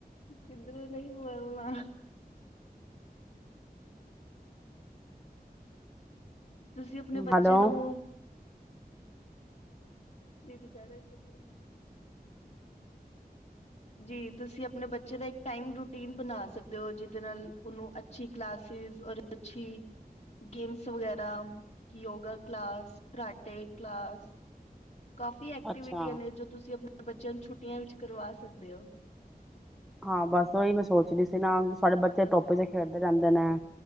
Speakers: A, on the left (about 45°); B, in the centre.
A: ਕਿੱਧਰੋਂ ਨਹੀਂ ਬੋਲਣਾ ਤੁਸੀਂ ਆਪਣੇ ਬੱਚੇ
B: ਹੈਲੋ
A: ਨੂੰ ਵਿਧ <unintelligible> ਜੀ ਤੁਸੀਂ ਆਪਣੇ ਬੱਚੇ ਦਾ ਇੱਕ ਟਾਈਮ ਰੂਟੀਨ ਬਣਾ ਸਕਦੇ ਹੋ, ਜਿਦੇ ਨਾਲ ਓਨੂੰ ਅੱਛੀ ਕਲਾਸਿਸ ਰ ਅੱਛੀ ਗੇਮਸ ਵਗੈਰਾ ਯੋਗਾ ਕਲਾਸ ਕਰਾਟੇ ਕਲਾਸ ਕਾਫੀ ਐਕਟੀਵਿਟੀਆਂ
B: ਅੱਛਾ
A: ਨੇ ਜੋ ਤੁਸੀਂ ਆਪਣੇ ਬੱਚਿਆਂ ਨੂੰ ਛੁੱ ਛੁੱਟੀਆਂ ਵਿੱਚ ਕਰਵਾ ਸਕਦੇ ਹੋ
B: ਹਾਂ, ਬਸ ਉਹੀ ਮੈਂ ਸੋਚ ਰਹੀ ਸੀ ਨਾ ਸਾਡੇ ਬੱਚੇ ਟੋਪੀ ਚ ਖੇਡਦੇ ਰਹਿੰਦੇ ਨੇ